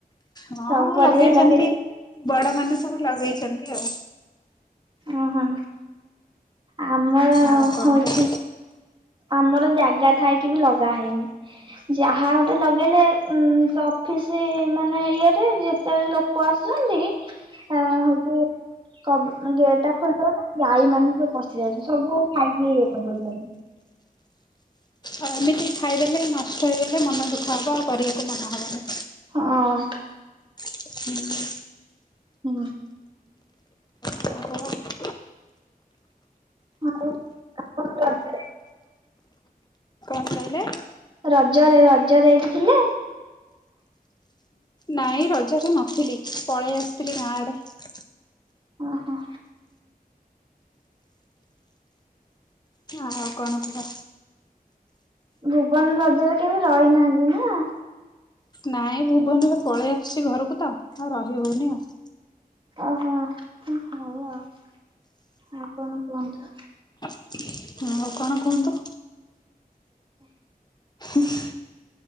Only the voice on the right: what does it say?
ସବୁ ପରିବା
ଲଗେଇ ଦେଇଛନ୍ତି
ଓହୋ ଆମର ହୋ
ହଉଛି
ଆମର ଜାଗା ଥାଇକି ବି ଲଗା ହେଇନି ଯାହା ଗୋଟେ ଲଗେଇଲେ ଉ ସେ ଅଫିସ ମାନେ ଇଏ ରେ ଯେତେବେଳେ ଲୋ କୁ ଆସୁଛନ୍ତି ଆ ହଉଛି କ୍ ଗେଟ୍ ଟା ଖୋଲଦଉଚନ୍ତି ଗାଈ ମାନେ ସବୁ ପଶି ଯାଉଛନ୍ତି ସବୁ ଖାଇ କି ଇଏ କରି ଦେଉଛନ୍ତି
ହଁ
ହୁଁ
ହଁ ଆଉ ରଜରେ
ରଜରେ ରଜରେ ଏଇଠି ଥିଲେ
ଓହୋ
ଭୁବନ ରଜରେ କେବେ ରହିନାହାନ୍ତି ନା
ଓହୋ ଆ ହଉ ଆଉ କଣ କୁହନ୍ତୁ